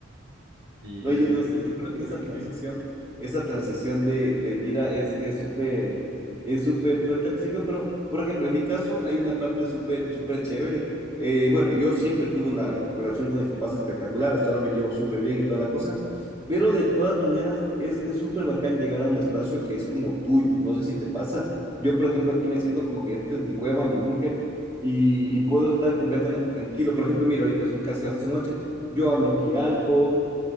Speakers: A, on the right; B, on the right.
A: Sí,
B: Oye,
A: eso,
B: no,
A: eso
B: sí, te
A: es un
B: juro
A: tema
B: que esa
A: que
B: transición, esa transición de, de vida es es súper, es súper fuerte al principio, pero, por ejemplo, en mi caso hay una parte súper, súper chévere. Eh, bueno, yo siempre tuve una relación con mis papás espectacular, hasta ahora me llevo súper bien y toda la cosa, pero de todas maneras es, es súper bacán llegar a un espacio que es como tuyo, no sé si te pasa. Yo, por ejemplo, aquí me siento como que este es mi cueva, mi búnker, y, y puedo estar completamente tranquilo. Por ejemplo, mira, ahorita son casi las 12 de la noche, yo hablo aquí alto,